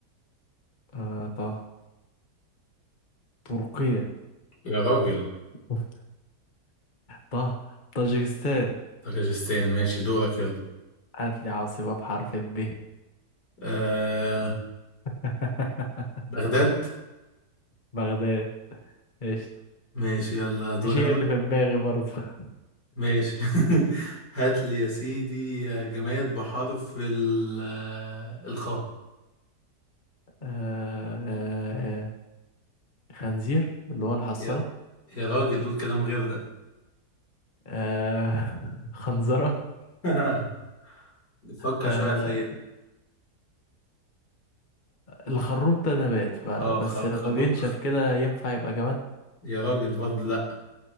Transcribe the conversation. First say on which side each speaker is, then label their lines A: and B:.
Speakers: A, on the left; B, on the left.
A: آه طه تركيا
B: يا راجل
A: <laughs> طه طاجكستان
B: طاجستان ماشي دورك يلا
A: هات لي عاصمة بحرف الب
B: آه
A: <laughs>
B: بغداد
A: بغداد قشطة
B: ماشي يلا دور
A: مش هي
B: انا
A: اللي في دماغي برضه <laughs> آه
B: ماشي <laughs> هات لي يا سيدي جماد بحرف ال آه، الخاء
A: آه آه. خنزير اللي هو الحصالة
B: يا يا راجل قول كلام غير ده
A: آه <laughs> خنزرة
B: <laughs> فكر
A: آه
B: شوية هتلاقيها
A: الخروب ده نبات فبس
B: اه خ-
A: لما
B: خروخ
A: بينشف كده ينفع يبقى جماد
B: يا راجل برضه لا